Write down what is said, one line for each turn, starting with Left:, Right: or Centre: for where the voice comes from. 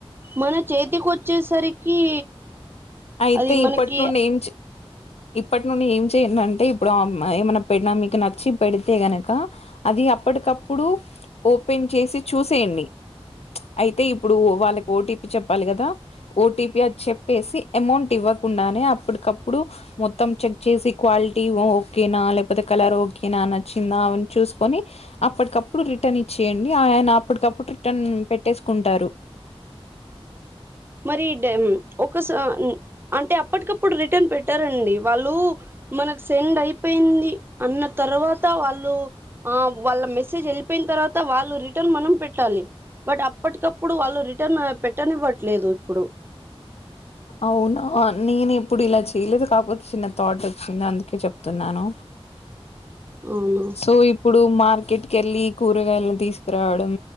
Right: మన చేతికి వచ్చేసరికి
Left: అయితే
Right: అది మనకి
Left: ఇప్పటి నుండి ఏం ఇప్పటి నుండి ఏం చెయ్యండి అంటే ఇప్పుడు ఏమన్నా పెడినా మీకు నచ్చి పెడితే గనుక అది అప్పటికప్పుడు ఓపెన్ చేసి చూసేయండి అయితే ఇప్పుడు వాళ్ళకి ఓటీపీ చెప్పాలి కదా ఓటీపీ అది చెప్పేసి అమౌంట్ ఇవ్వకుండానే అప్పటికప్పుడు మొత్తం చెక్ చేసి క్వాలిటీ ఓకేనా లేకపోతే కలర్ ఓకేనా నచ్చిందా అని చూసుకొని అప్పటికప్పుడు రిటర్న్ ఇచ్చి చేయండి ఆయన అప్పటికప్పుడు రిటర్న్ పెట్టేసుకుంటారు
Right: మరి ఒకస అంటే అప్పటికప్పు అప్పుడు రిటర్న్ పెట్టారండి వాళ్ళు మనకు సెండ్ అయిపోయింది అన్న తర్వాత వాళ్ళు ఆ వాళ్ళ మెసేజ్ వెళ్ళిపోయిన తరువాత వాళ్ళు రిటర్న్ మనం పెట్టాలి బట్ అప్పటికప్పుడు వాళ్ళు రిటర్న్ పెట్టనివ్వట్లేదు ఇప్పుడు
Left: అవునా నేను ఇప్పుడు ఇలా చేయలేదు కాకపోతే చిన్న థాట్ వచ్చింద అందుకే చెప్తున్నాను
Right: అవునా
Left: సో ఇప్పుడు మార్కెట్ కెళ్ళి కూరగాయలను తీసుకురావడం